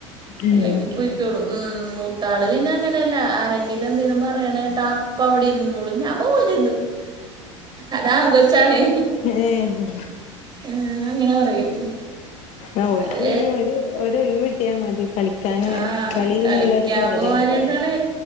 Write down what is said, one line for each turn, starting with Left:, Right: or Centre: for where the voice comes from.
Left: ഉം
Right: അല്ലെങ്കി പോയ്ക്കോളും ഉം മൂത്താള് പിന്നെ അങ്ങനെയല്ല ആരെങ്കിലും എന്തേലും പറയണ കേട്ടാ അ അപ്പോ അവിടെ ഇരുന്നോളും ഞാൻ പോവുലിന്ന് അതാ ആൺ കൊച്ചാണേ
Left: ഏഹ്
Right: ആഹ് അങ്ങനെ പറയും
Left: ആഹ് ഓൽക്ക്
Right: അത്
Left: പിന്നെ ഒരു ഒരൊഴിവ് കിട്ടിയാ മതി കളിക്കാന്
Right: ആഹ്
Left: കളീന്നുള്ളൊരു
Right: കളി കളിക്കാൻ
Left: സ്വൈര്യം
Right: പോവാനായിട്ടാണ്
Left: ഇണ്ടാവും